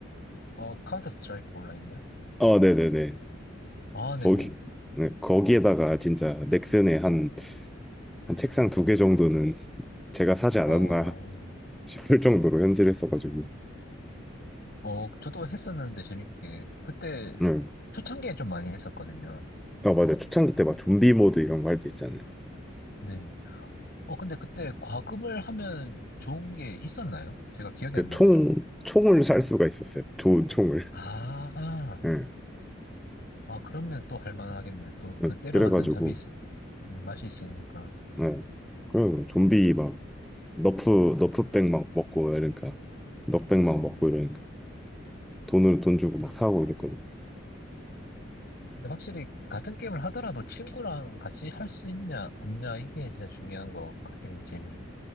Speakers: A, on the left; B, in the centre.
A: 어, 카운터 스트라이크 온라인이요?
B: 어, 네네네.
A: 아, 네네.
B: 거기, 네, 거기에다가 진짜 넥슨에 한, 한 책상 두 개 정도는 제가 사지 않았나
A: 어,
B: <laughs> 싶을 정도로 현질을 했어가지고.
A: 어, 저도 했었는데 재밌게. 그때
B: 네.
A: 초창기에 좀 많이 했었거든요.
B: 아, 맞아요. 초창기 때 막 좀비 모드 이런 거 할 때 있잖아요.
A: 네. 어, 근데 그때 과금을 하면 좋은 게 있었나요? 제가 기억이
B: 그
A: 안 나가지고.
B: 총, 총을 살 수가 있었어요. 좋은 총을.
A: 아,
B: 네.
A: 아, 그러면 또 할 만하겠네. 또
B: 네,
A: 그 때려
B: 그래가지고,
A: 맞는 잡이 있, 네, 맛이 있으니까.
B: 네. 그리고 좀비 막, 너프, 너프백 막 먹고 이러니까. 넉백 막
A: 네.
B: 먹고 이러니까. 돈을, 돈 주고 막 사고 이랬거든.
A: 근데 확실히 같은 게임을 하더라도 친구랑 같이 할 수 있냐, 없냐, 이게 진짜 중요한 것 같긴 해요, 재미.